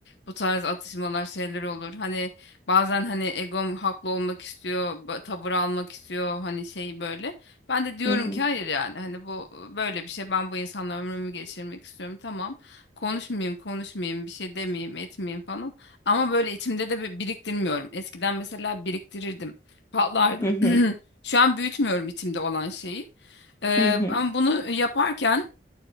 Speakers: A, on the left; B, on the left.
A: bu tarz atışmalar şeyler olur hani bazen hani egom haklı olmak istiyor ba- tavır almak istiyor hani şey böyle ben de diyorum
B: hı hı,
A: ki hayır yani hani bu böyle bir şey ben bu insanla ömrümü geçirmek istiyorum tamam konuşmayayım konuşmayayım bir şey demeyeyim etmeyeyim falan ama böyle içimde de bir- biriktirmiyorum eskiden mesela biriktirirdim patlardım
B: hı hı,
A: <clears throat> Şu an büyütmüyorum içimde olan şeyi. Ee,
B: hı hı,
A: ama bunu yaparken